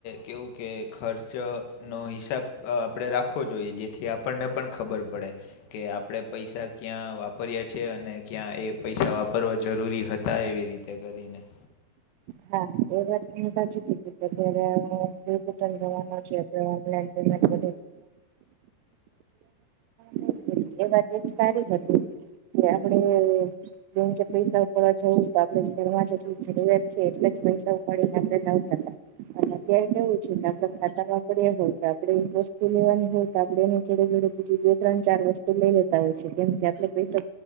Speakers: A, on the left (about 80°); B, on the right (about 85°).
A: કેવું કે, ખર્ચનો હિસાબ આપડે રાખવો જોઈએ. જેથી આપણને પણ ખબર પડે. કે આપણેે પૈસા ક્યાં વાપર્યા છે. અને ક્યાં એ પૈસા વાપરવા જરૂરી હતા એવી રીત તે કરીને.
B: હા. એ વાત તમે સાચી કીધી કે, અત્યારે પણ પેલાના જમાનામાં તો, પણ એ વાત એક સારી હતી. તો આપડે જેમ કે, પૈસા ઉપાડવા જવું હોય. તો આપડે ભરવા જેટલી જરૂરિયાત છે. તો એટલા જ પૈસા ઉપાડીને અને આપડે અને અત્યારે કેવું છે કે, આપડા ખાતામાં પડ્યા હોય. તો આપડે એક વસ્તુ લેવાની હોય. તો આપડ એને જોડે જોડે બીજુ ત્રણ ચાર વસ્તુ લઈ લેતા હોય છે. કેમ કે, આટલા પૈસા